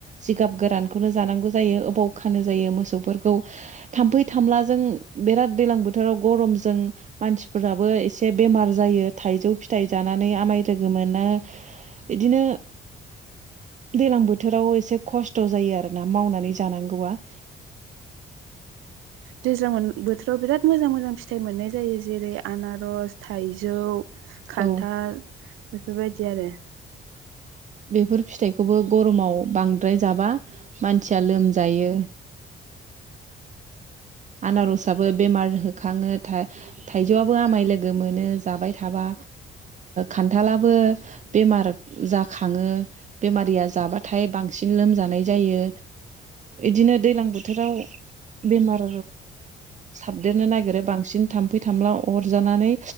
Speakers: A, on the right; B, on the right.
A: जिगाब गोरानखौनो जानांगौ जायो बावखानो जायो मोसौफोरखौ। थाम्फै थामलाजों बिराद दैज्लां बोथोराव गरमजों मानसिफोराबो एसे बेमार जायो थाइजौ फिथाइ जानानै आमाय लोगो मोनो। बिदिनो दैलां बोथोराव एसे खस्थ' जायो आरोना मावनानै जानांगौ आ।
B: दैजां बोथोराव बिराद मोजां मोजां फिथाइ मोननाय जायो जेरै आनारस थाइजौ खान्थाल
A: औ
B: बेबायदि आरो।
A: बेफोर फिथाइखौबो गरमाव बांद्राय जाबा मानसिया लोमजायो। आनारसाबबो बेमार होखाङो थाइजौआबो आमाय लोगो मोनो जाबाय थाबा खान्थालाबो बेमार जाखाङो। बेमारिया जाबाथाय बां सिन लोमजानाय जायो। इदिनो दैलां बोथोराव बेमार साबदेरनो नागिरो बांसिन थाम्फै थामला अरजानानै